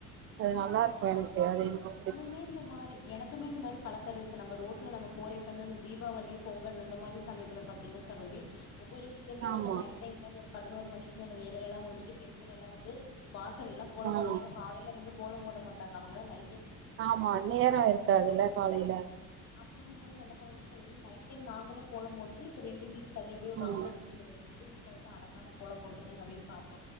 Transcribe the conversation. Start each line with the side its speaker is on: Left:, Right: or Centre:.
Right: அது நல்லா இருக்கு எனக்கு அது ரொம்ப புடிக்கு
Left: தே இந்த மாரி எனக்குமே இந்த மாரி பழக்க இருக் இப்போ நம்ப ரோட்ல நம்ப போறோ இப்போ வந்து இந்த தீபாவளி பொங்கல் அந்த மாரி சமயத்தில பாத்தீங்கன்னா சகோதரி ஒவ்வொரு வீட் எம
Right: ஆமா
Left: வந்து நைட் டைம்ல ஒரு பதினோரு மணிக்கு மேல வேலையெல்லா முடிச்சுட்டு பெண்கள் எல்லா வந்து வாசல் எல்லா கோலம்
Right: ஆ
Left: போடுங்க ஏன்ன காையில வந்து கோலம் போட மாட்டாங்க அவங்கள நைட்
Right: ஆமா நேர இருக்காதுல்ல காலையில
Left: அப்டிங்கும் போது நா என்ன பண்ணுவனா தோழி நைட் டைம் நாங்களு கோலம் போட்டுட்டு இப்ப ரெண்டு வீடு தள்ளி அப்டி போய் ஒரு
Right: ம்
Left: ரவுண்ட் அடிச்சுட்டு வருவ எந்த வீட்ல வந்து அழகான கோலம் போட்ருக்காங்க அப்டினு பாப்போ